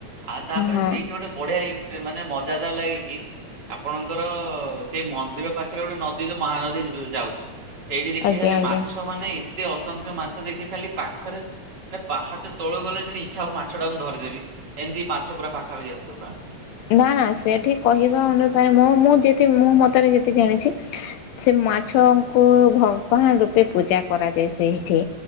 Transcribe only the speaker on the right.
ଆଉ ତାପରେ
ସେଇଠି ଗୋଟେ ବଢିଆଣ୍ ମାନେ ମାନେ ମଜାଦାର ଲାଗିକି ଆପଣଙ୍କର ସେଇ ମନ୍ଦିର ପାଖରେ ଗୋଟେ ନଦୀ ଯ ମହାନଦୀ ଯାଉଛି ସେଇଠି ଦେଖି
ଗଲେ
ମାଛ ମାନେ ସେ ଅସଂଖ୍ୟ ମାଛ ଦେଖି ଖାଲି ପାଖରେ ପାହାଚ ତୋଳ ଗଲେ ଯେତି ଇଚ୍ଛା ହବ ମାଛ ଟା ମୁଁ ଧରିଦେବି। ଏମିତି ମାଛ ପୁରା ପାଖା ହେ ଆସିବ ପୁରା